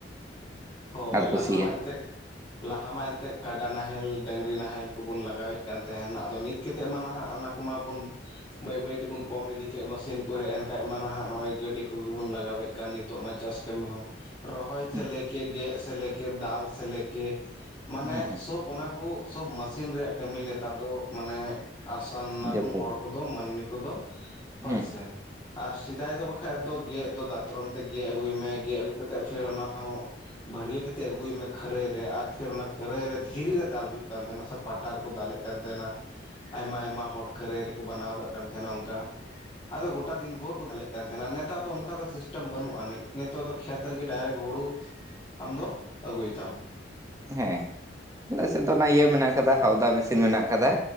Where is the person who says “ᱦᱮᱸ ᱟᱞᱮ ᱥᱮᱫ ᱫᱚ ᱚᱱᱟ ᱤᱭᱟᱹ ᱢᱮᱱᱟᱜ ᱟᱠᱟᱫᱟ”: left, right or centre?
Right